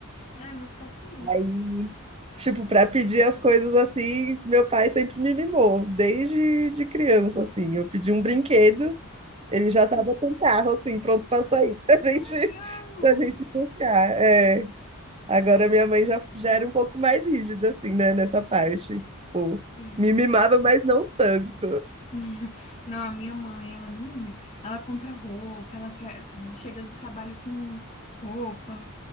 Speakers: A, on the left; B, on the right.
A: É, meus pais também.
B: Aí, tipo, para pedir as coisas assim, meu pai sempre me mimou, desde de criança, assim. Eu pedi um brinquedo, ele já estava com o carro, assim, pronto para sair, <laughs> pra gente,
A: Legal.
B: pra gente buscar. É. Agora minha mãe já, já era um pouco mais rígida, assim, né, nessa parte. Tipo,
A: Sim.
B: me mimava, mas não tanto.
A: <laughs> Não, a minha mãe, ela me mima. Ela compra roupa, ela tra- chega do trabalho com roupa,